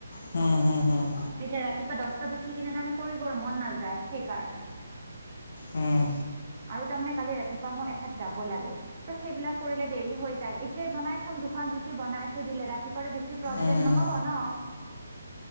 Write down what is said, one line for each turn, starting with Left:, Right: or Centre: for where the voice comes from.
Left: হুম, হুম, হুম।
Right: তেতিয়া ৰাতিপুৱা দছটাত উঠি কিনে তাৰমানে কৰিবৰ মন নাযায় সেইকাৰণে।
Left: উম।
Right: আৰু তাৰমানে কালি ৰাতিপুৱা মই এঠাইত যাব লাগে। ত সেইবিলাক কৰিলে দেৰি হৈ যায়, এতিয়াই বনাই থম দুখন ৰুটি বনাই থৈ দিলে ৰাতিপুৱাৰ বেছি প্ৰ
Left: উম
Right: ব্লেম নহ'ব ন